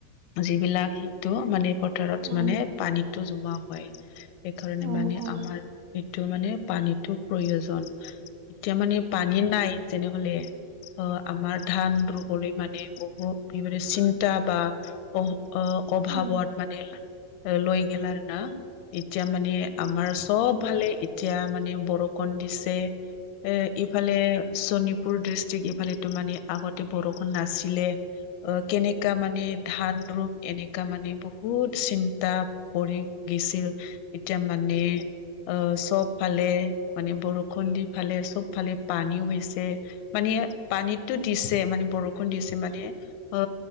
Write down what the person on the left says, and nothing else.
যিবিলাক সেইটো মানে পথাৰত
মানে পানীতটো জমা হয়। সেইকাৰণে
মানে
আমাৰ এইটো মানে পানীতটো প্ৰয়োজন। এতিয়া মানে পানী নাই যেনেহলে। অ, আমাৰ ধান বলৈ মানে বহুত এই চিন্তা বা অ, অভাৱত
মানে লৈ গেলা আৰু না এতিয়া মানে আমাৰ চব ভালে এতিয়া মানে বৰষুণ দিছে। এ ইফালে শোণপুৰ ডিষ্ট্ৰিক ইফালে তো মানে আগতে বৰষুণ নাছিলে। অ, কেনেকা মানে ধান ৰুম এনেকা মানে বহুত চিন্তা পৰি গেছিল। এতিয়া মানে আহ, চবফালে মানে বৰষুণ দি ফালে চব ফালে পানী হৈছে। মানে পানীতো দিছে মানে বৰষুণ দিছে মানে অ,